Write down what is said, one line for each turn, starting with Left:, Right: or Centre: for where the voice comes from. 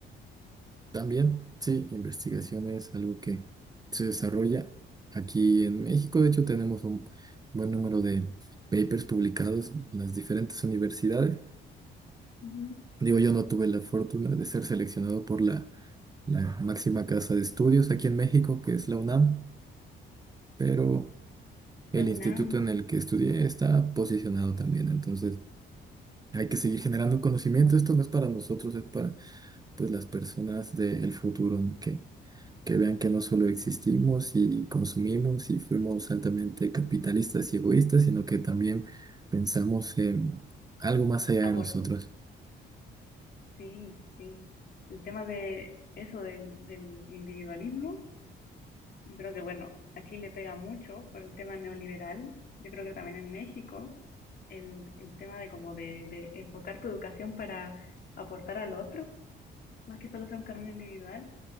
Right: También, sí, investigación es algo que se desarrolla aquí en México. De hecho, tenemos un buen número de papers publicados en las diferentes universidades.
Left: Ujú.
Right: Digo, yo no tuve la fortuna de ser seleccionado por la, la máxima casa de estudios aquí en México, que es la UNAM, pero el
Left: La
Right: instituto
Left: UNAM
Right: en el que estudié está posicionado también. Entonces, hay que seguir generando conocimiento. Esto no es para nosotros, es para pues, las personas del futuro ¿no? que que vean que no solo existimos y consumimos y fuimos altamente capitalistas y egoístas, sino que también pensamos en algo más allá
Left: aporta.
Right: de nosotros.
Left: Sí, sí. El tema de eso, del, del individualismo. Yo creo que, bueno, a Chile pega mucho por el tema neoliberal. Yo creo que también en México el, el tema de como de, de enfocar tu educación para aportar al otro, más que solo sea un camino individual.